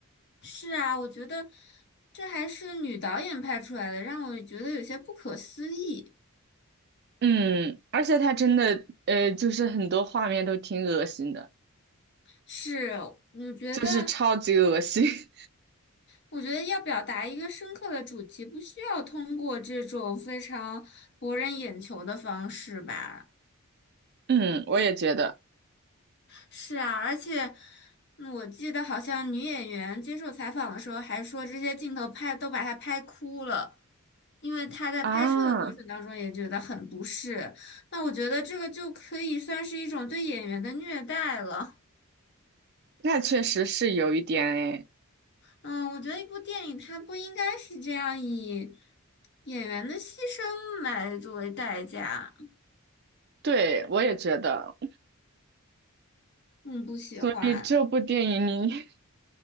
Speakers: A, on the left; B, on the right.
A: 是啊，我觉得这还是女导演拍出来的，让我觉得有些不可思议。
B: 嗯，而且他真的，呃，就是很多画面都挺恶心的，
A: 是，我觉得，
B: 就是超级恶心。<laughs>
A: 我觉得要表达一个深刻的主题，不需要通过这种非常博人眼球的方式吧。
B: 嗯，我也觉得
A: 是啊，而且嗯我记得好像女演员接受采访的时候还说，这些镜头拍都把她拍哭了，因为她在拍摄的过程当中也觉得很不适。
B: 啊，
A: 那我觉得这个就可以算是一种对演员的虐待了。
B: 那确实是有一点诶。
A: 嗯，我觉得一部电影它不应该是这样以演员的牺牲来作为代价。
B: 对，我也觉得，
A: 嗯，不喜欢。
B: 所以这部电影你，